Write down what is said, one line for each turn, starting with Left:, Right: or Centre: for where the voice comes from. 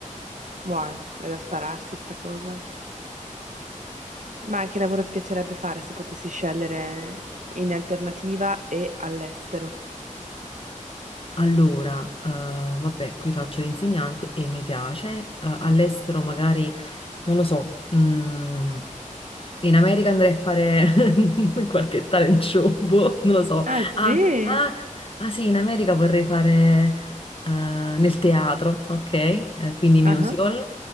Right: Wow, è da spararsi sta cosa. Ma che lavoro ti piacerebbe fare se potessi scegliere in alternativa e all'estero?
Left: Allora, eh, vabbè, qui faccio l'insegnante e mi piace, eh, all'estero magari, non lo so, mm, In America andrei a fare <laughs> qualche talent show, boh, non lo so.
Right: Ah, sì?
Left: Ah, ah, ah sì, in America vorrei fare eh, nel teatro, ok? Eh, quindi musical,
Right: Ah,